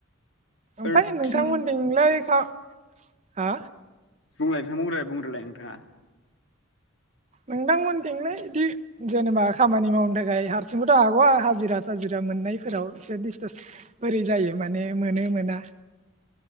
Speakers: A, on the right (about 30°); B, on the left (about 55°).
A: ओमफ्राय
B: ओरैनो बांसिन
A: नोंथांमोनथिंलाय खा हा
B: बुंलाय नोंथां बुंग्रोलाय बुंग्रोलाय नोंथाङा।
A: नोंथांमोनथिंलाय बिदि जेनेबा खामानि मावनो थाखाय हारसिंबोथ' हागौ हाजिरा साजिरा मोननायफोराव एसे दिस्टार्स बोरै जायो माने मोनो मोना।